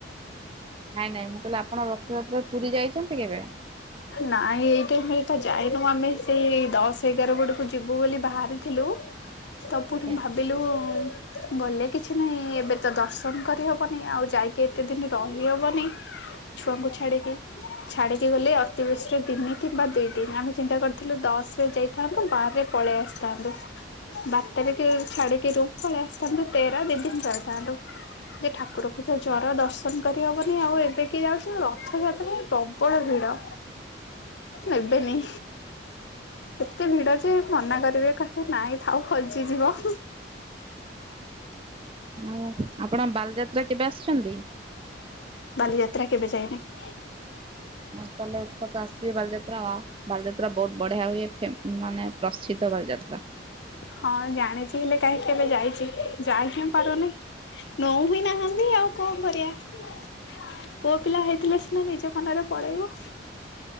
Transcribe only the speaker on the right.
ନାଇଁ ନାଇଁ ମୁଁ କହିଲି ଆପଣ ରଥଯାତ୍ରାରେ ପୁରୀ ଯାଇଛନ୍ତି କେବେ?
ଆଜ୍ଞା।
ଆଉ ଆପଣ ବାଲିଯାତ୍ରା କେବେ ଆସଚନ୍ତି?
ଆସେ ତାହେଲେ ଏଥରକ ଆସିିବେ ବାଲିଯାତ୍ରା ଆଁ ବାଲିଯାତ୍ରା ବହୁତ ବଢିଆ ହୁଏ, ହେ ମାନେ ପ୍ରସିଦ୍ଧ ବାଲିଯାତ୍ରା।